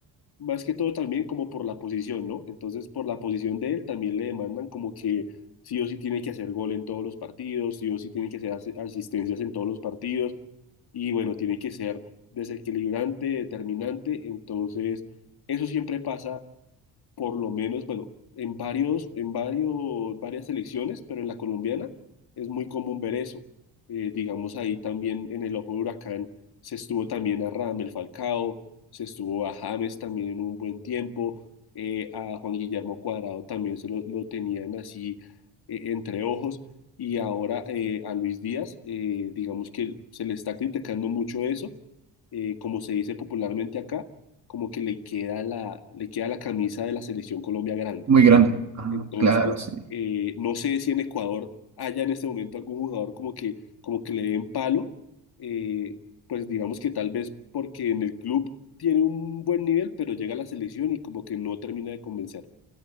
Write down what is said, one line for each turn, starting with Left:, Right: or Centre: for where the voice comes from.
Left: más que todo también como por la posición, ¿no? Entonces, por la posición de él también le demandan como que sí o sí tiene que hacer gol en todos los partidos, sí o sí tiene que hacer as- asistencias en todos los partidos y bueno, tiene que ser desequilibrante, determinante, entonces eso siempre pasa por lo menos, bueno, en varios, en varios, varias selecciones, pero en la colombiana es muy común ver eso. Eh, digamos ahí también en el ojo de huracán se estuvo también a Radamel Falcao, se estuvo a James también en un buen tiempo, eh, a Juan Guillermo Cuadrado también se lo, lo tenían así eh, entre ojos. Y ahora eh, a Luis Díaz, eh, digamos que se le está criticando mucho eso, eh, como se dice popularmente acá, como que le queda la, le queda la camisa de la selección Colombia grande.
Right: Muy grande. Ah,
Left: Entonces,
Right: claro, sí.
Left: eh, no sé si en Ecuador haya en este momento algún jugador como que, como que le den palo, eh, pues digamos que tal vez porque en el club tiene un buen nivel, pero llega a la selección y como que no termina de convencer.